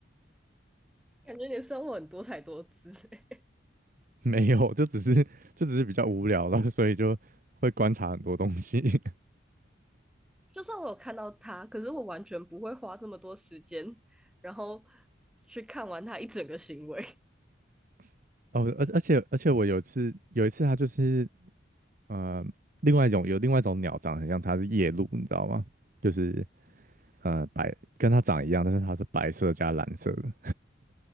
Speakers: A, in the centre; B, on the right (about 50°).
A: 感觉你的生活很多才多姿欸。
B: <laughs> 没有，就只是就只是比较无聊了，所以就会观察很多东西。
A: 就算我有看到它，可是我完全不会花这么多时间，然后去看完它一整个行为。
B: <laughs> 哦，而而且而且我有一次有一次它就是呃另外一种有另外一种鸟长得很像它是夜鹭，你知道吗？就是呃白跟它长一样，但是它是白色加蓝色的，